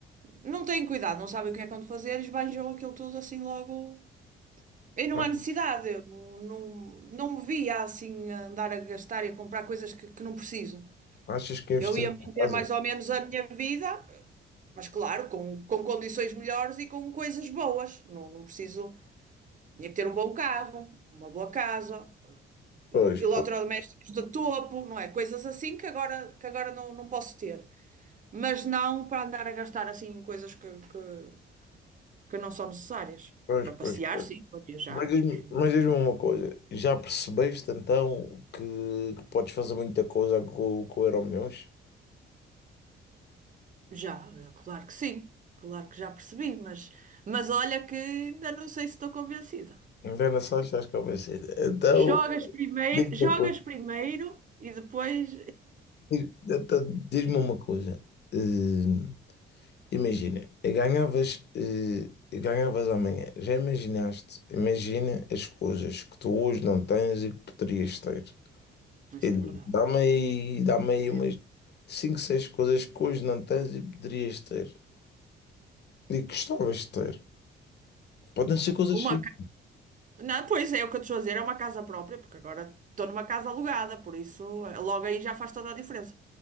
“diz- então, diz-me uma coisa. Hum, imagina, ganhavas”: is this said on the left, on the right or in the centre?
Left